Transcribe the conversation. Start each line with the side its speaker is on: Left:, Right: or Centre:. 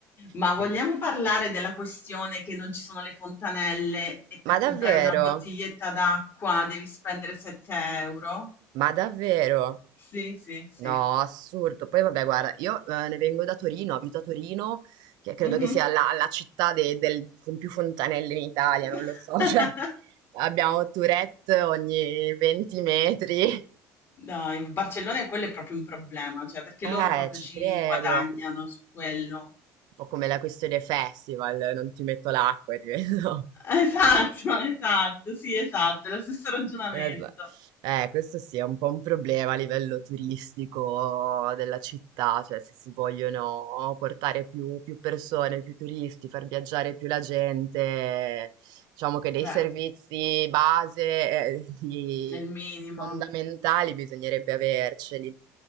Left: Ma
Right: Quindi-
Left: vogliamo parlare della questione che non ci sono le fontanelle e per
Right: ma
Left: comprare
Right: davvero?
Left: una bottiglietta d'acqua devi spendere 7 euro?
Right: Ma davvero?
Left: Sì, sì, sì.
Right: No, assurdo. Poi vabbè, guarda, io eh, ne vengo da Torino, abito a Torino, che credo
Left: Mhm.
Right: che sia la, la città de- del- con più fontanelle in Italia,
Left: <laughs>
Right: non lo so, <laughs> cioè abbiamo Tourette ogni 20 metri.
Left: Dai, Barcellona quello è proprio un problema, cioè perché
Right: Eh,
Left: loro proprio
Right: ci
Left: ci
Right: credo.
Left: guadagnano su quello.
Right: Un po' come la questione festival, non ti metto l'acqua e ti vedo
Left: Esatto, <laughs> esatto, sì, esatto, è lo stesso ragionamento.
Right: Esa eh, questo sì, è un po' un problema a livello turistico della città, cioè se si vogliono portare più, più persone, più turisti, far viaggiare più la gente, diciamo che dei
Left: Beh,
Right: servizi base, eh, di-
Left: è il minimo.
Right: fondamentali bisognerebbe averceli.